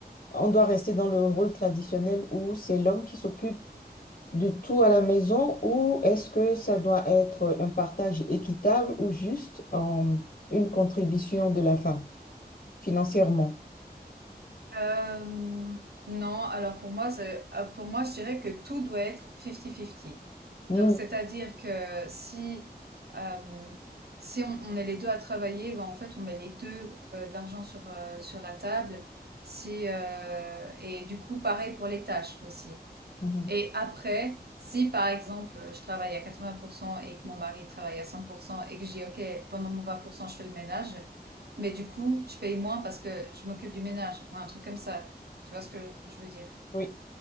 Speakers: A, on the left (about 50°); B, on the right (about 70°).
A: on doit rester dans le rôle traditionnel où c'est l'homme qui s'occupe de tout à la maison ou est-ce que ça doit être un partage équitable ou juste euh, une contribution de la femme financièrement?
B: Hem, non, alors pour moi, ce ah, pour moi, je dirais que tout doit être 50-50.
A: Mhm,
B: Donc c'est-à-dire que si, hem, si on on est les 2 à travailler, ben, en fait, on met les 2 heu, de l'argent sur, heu, sur la table. Si, heu et du coup, pareil pour les tâches aussi.
A: mhm.
B: Et après, si par exemple je travaille à 80% et que mon mari travaille à 100% et que je dis OK, pendant mon 20% je fais le ménage, mais du coup je paye moins parce que je m'occupe du ménage, ou un truc comme ça. Tu vois ce que je veux dire?
A: Oui,